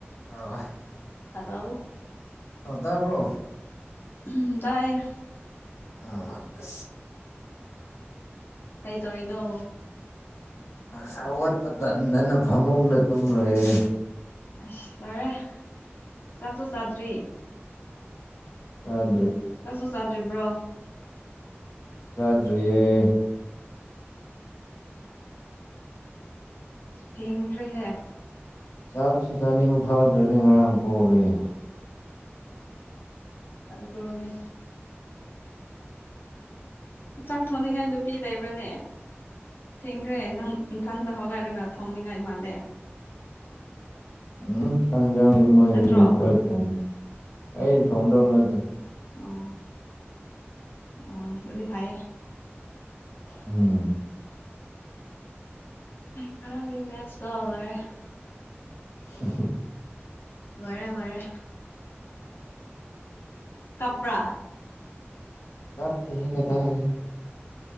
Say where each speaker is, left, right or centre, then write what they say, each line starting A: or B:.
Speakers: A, on the left; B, on the left.
A: ꯑ
B: ꯕ
A: ꯇꯕ꯭ꯔꯣ
B: ꯎꯝ ꯇꯥꯏꯌꯦ
A: ꯑ ꯑ
B: ꯀꯩ ꯇꯧꯔꯤꯅꯣ
A: ꯁꯧꯒꯠꯄ ꯇꯟꯗꯅ ꯐꯃꯨꯡꯗ ꯇꯨꯝꯂꯣꯏꯔꯦ
B: ꯑꯁ ꯂꯣꯏꯔꯦ ꯆꯥꯛꯁꯨ ꯆꯥꯗ꯭ꯔꯤ
A: ꯑ
B: ꯆꯥꯛꯁꯨ ꯆꯥꯗ꯭ꯔꯤꯕ꯭ꯔꯣ
A: ꯆꯥꯗ꯭ꯔꯤꯌꯦ
B: ꯊꯦꯡꯈ꯭ꯔꯦꯍꯦ
A: ꯆꯥꯛꯁꯨ ꯆꯥꯅꯤꯡꯕ ꯐꯥꯎꯗ꯭ꯔꯅꯤ ꯉꯔꯥꯡ ꯄꯣꯛꯏꯦ
B: ꯑꯗꯅꯦ ꯆꯥꯛ ꯊꯣꯡꯅꯤꯡꯉꯥꯏ ꯅꯨꯄꯤ ꯂꯩꯕ꯭ꯔꯅꯦ ꯊꯦꯡꯈ꯭ꯔꯦ ꯅꯪ ꯏꯝꯊꯥꯗ ꯍꯒꯥꯏꯔꯒ ꯊꯣꯡꯅꯤꯡꯉꯥꯏ ꯃꯥꯜꯂꯦ
A: ꯎꯝ ꯆꯥꯡꯖꯥꯡ ꯃꯣꯏꯒꯤꯗꯤ
B: ꯅꯠꯇ꯭ꯔꯣ
A: ꯂꯣꯏ ꯊꯣꯡꯉ ꯑꯩ ꯊꯣꯡꯗꯧ ꯅꯠꯇꯦ
B: ꯎ ꯎ ꯑꯗꯨꯗꯤ ꯐꯥꯏꯌꯦ
A: ꯎꯝ
B: ꯉꯔꯥꯡꯒꯤ ꯃꯦꯠꯆꯇꯣ ꯂꯣꯏꯔꯦ
A: ꯍ
B: ꯃꯔꯦ ꯃꯔꯦ ꯀꯄ꯭ꯔꯥ
A: ꯀꯞ ꯊ ꯍ ꯀꯗ ꯍꯥꯏꯒ